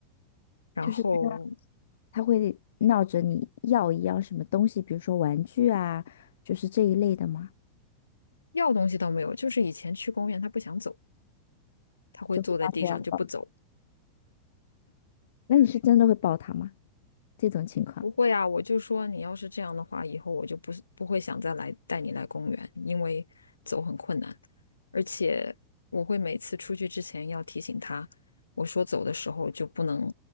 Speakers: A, on the left; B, on the left.
A: 然后
B: 就是他会闹着你要一样什么东西，比如说玩具啊，就是这一类的嘛，
A: 要东西倒没有，就是以前去公园他不想走，他会坐在地上就不走。
B: 就会闹着要抱。那你是真的会抱他吗？这种情况。
A: 不会啊，我就说你要是这样的话，以后我就不是不会想再来带你来公园，因为走很困难，而且我会每次出去之前要提醒他，我说走的时候就不能